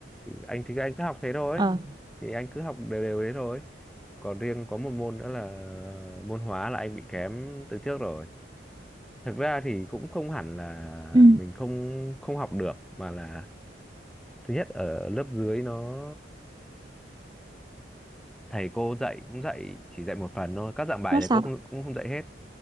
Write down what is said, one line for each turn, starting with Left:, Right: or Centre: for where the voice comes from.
Centre: anh thì anh cứ học thế thôi
Right: ờ
Centre: thì anh cứ học đều đều đấy thôi còn riêng có một môn nữa là môn hóa là anh bị kém từ trước rồi thực ra thì cũng không hẳn là
Right: ừ
Centre: mình không không học được mà là thứ nhất ở lớp dưới nó thầy cô dạy cũng dạy chỉ dạy một phần thôi các dạng bài
Right: nó
Centre: thầy
Right: sao
Centre: cô không, cũng không dạy hết